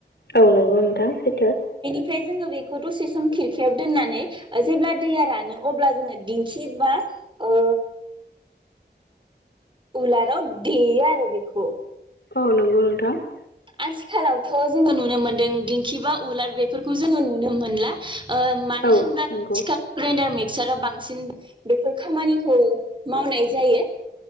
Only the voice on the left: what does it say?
औ नंगौ नोंथां सैथो ।
औ नंगौ नोंथां ।
औ
नंगौ